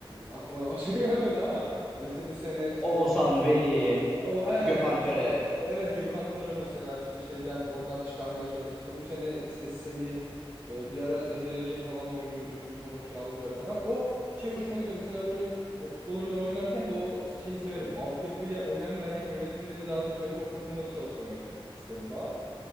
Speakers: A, on the right; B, in the centre.
A: aklıma da başka <laughs> gelmedi ama hani işte bu sene işte
B: Oğuzhan, Veli,
A: o aynen
B: Gökhan Töre
A: evet Gökhan Töre mesela işte şeyden oradan çıkarmaya çalıştı. İşte bu sene işte Semih e, bir ara Demir Ege falan oynuyordu işte sonra kiralık verdi falan. O şey hoşuma gidiyor. Mesela böyle e, futbol oyunları oynarken de o şeyi severim. Altyapıya önem veren yönetimleri daha çok severim. O takımları çalıştırmak isterim falan.